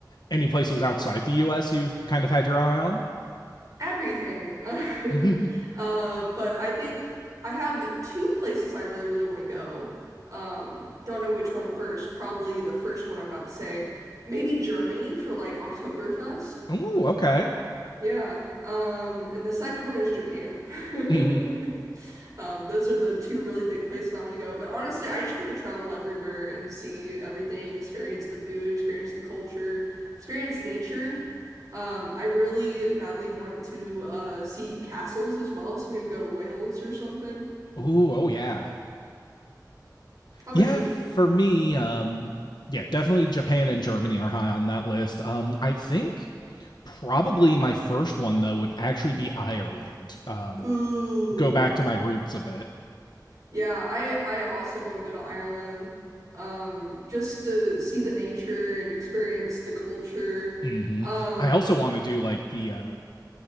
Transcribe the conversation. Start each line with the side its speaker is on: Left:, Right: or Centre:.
Left: any places outside the us you've kind of had your eye on
Right: everything. <laughs>
Left: <laughs> Ooh,
Right: Uh, but I think I have two places I really, really want to go. Um, don't know which one first. Probably the first one I'm about to say. Maybe Germany for like Oktoberfest.
Left: okay.
Right: Yeah. Um, and the second one is Japan.
Left: Mm-hmm.
Right: <laughs> Um, those are the two really big places I want to go. But honestly, I just want to travel everywhere and see everything, experience the food, experience the culture, experience nature. Um, I really badly want to uh, see castles as well, so maybe go to Wales or something.
Left: Ooh, oh yeah.
Right: How
Left: Yeah,
Right: about you?
Left: for me, um, yeah, definitely Japan and Germany are high on that list. Um, I think probably my first one though would actually be Ireland. Um,
Right: Ooh.
Left: go back to my roots a bit.
Right: Yeah, I I also want to go to Ireland, um, just to see the nature and experience the culture.
Left: hmm
Right: Um,
Left: I also want to do like the uh,